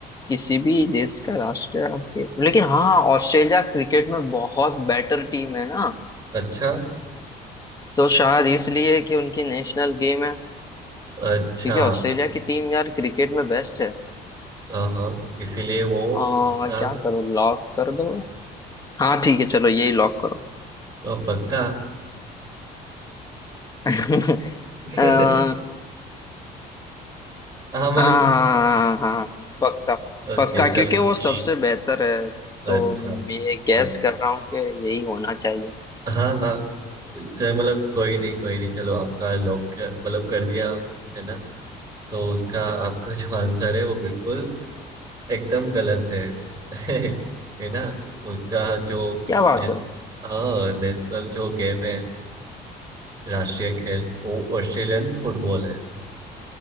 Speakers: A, on the left; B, on the right.
A: किसी भी देश का राष्ट्रीय खेल लेकिन हाँ ऑस्ट्रेलिया क्रिकेट में बहुत बेटर टीम है ना
B: अच्छा
A: तो शायद इसलिए कि उनकी नेशनल गेम है
B: अच्छा
A: क्योंकि ऑस्ट्रेलिया की टीम यार क्रिकेट में बेस्ट है
B: हाँ हाँ इसीलिए वो
A: आ,
B: उसका
A: क्या करो लॉक कर दो हाँ ठीक है चलो यही लॉक करो
B: अ, पक्का
A: <laughs>
B: <laughs>
A: अ, हाँ
B: हाँ मतलब
A: हाँ हाँ हाँ पक्का
B: ओके
A: पक्का
B: चलो
A: क्योंकि वो
B: ठीक
A: सबसे बेहतर है
B: अच्छा
A: तो मैं ये गैस
B: हाँ
A: कर रहा हूँ कि यही होना चाहिए
B: हाँ हाँ हाँ। इससे मतलब कोई नहीं कोई नहीं चलो आपका लॉक मतलब कर दिया है ना तो उसका आपका जो आंसर है वो बिल्कुल एकदम गलत है <laughs> है ना उसका जो
A: क्या बात
B: नेस,
A: है
B: हाँ नेशनल जो गेम है राष्ट्रीय खेल वो ऑस्ट्रेलियन फुटबॉल है